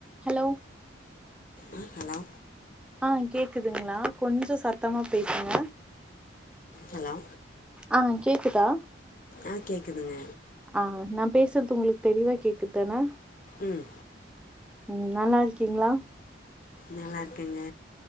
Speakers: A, in the centre; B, on the left (about 45°).
A: hello
B: ஆ hello
A: ஆ கேக்குதுங்களா கொஞ்சோ சத்தமா பேசுங்க
B: ஹலோ
A: ஆ கேக்குதா
B: ஆ கேக்குதுங்க
A: ஆ நா பேசுறது உங்களுக் தெளிவா கேக்குதான
B: உம்
A: உம் நல்லாருக்கீங்ளா
B: நல்லாருக்கங்க